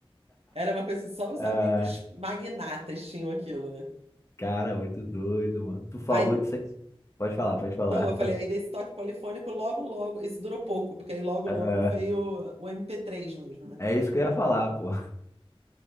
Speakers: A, on the right; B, on the left.
A: Era uma coisa que só os
B: Ah,
A: amigos magnatas tinham aquilo, né?
B: cara, muito doido, mano. Tu falou
A: Aí,
B: disso aí. Pode falar, pode falar.
A: não, eu falei, aí desse toque polifônico, logo, logo, isso durou pouco, porque aí logo,
B: Ah,
A: logo veio o MP3 mesmo, né?
B: é isso que eu ia falar, pô.